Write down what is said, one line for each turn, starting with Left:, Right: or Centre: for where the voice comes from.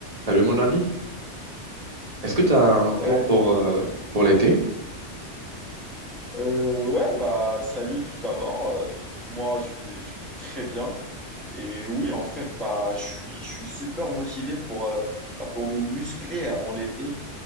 Right: Salut mon ami, est-ce que tu as un
Centre: Ouais,
Right: plan pour, euh, pour l'été?
Centre: euh, ouais, bah salut tout d'abord. Euh, moi, je vais, je vais très bien. Et oui, en fait, bah, je suis, je suis super motivé pour, euh, bah, pour me muscler avant l'été.